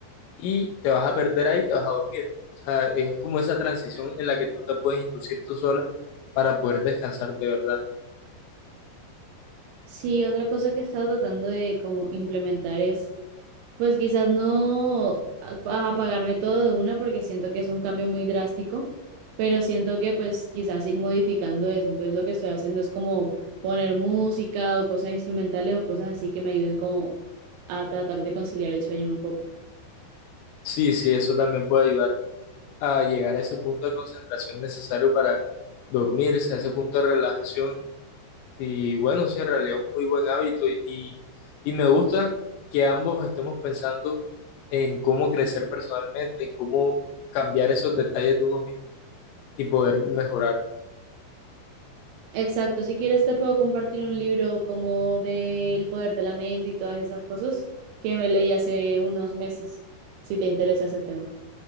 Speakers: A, on the left; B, on the right.
A: y te vas a perder ahí, te vas a dormir. O sea, es como esa transición en la que tú te puedes inducir tú sola para poder descansar de verdad.
B: Sí, otra cosa que he estado tratando de como implementar es pues quizás no a- apagarme todo de una porque siento que es un cambio muy drástico, pero siento que pues quizás ir modificando eso. Entonces lo que estoy haciendo es como poner música o cosas instrumentales o cosas así que me ayuden como a tratar de conciliar el sueño un poco.
A: Sí, sí, eso también puede ayudar a llegar a ese punto de concentración necesario para dormirse, a ese punto de relajación Y bueno, sí, en realidad es un muy buen hábito y, y, y me gusta que ambos estemos pensando en cómo crecer personalmente, en cómo cambiar esos detalles de uno mismo y poder mejorar.
B: Exacto, si quieres te puedo compartir un libro como del poder de la mente y todas esas cosas que me leí hace unos meses, si te interesa ese tema.